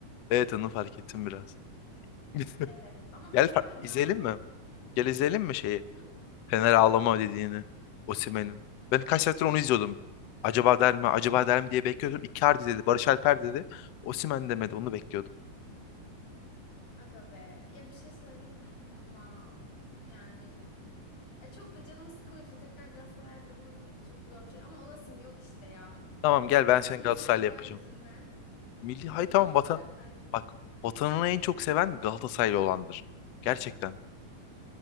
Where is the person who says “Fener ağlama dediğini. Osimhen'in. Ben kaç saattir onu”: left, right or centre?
Left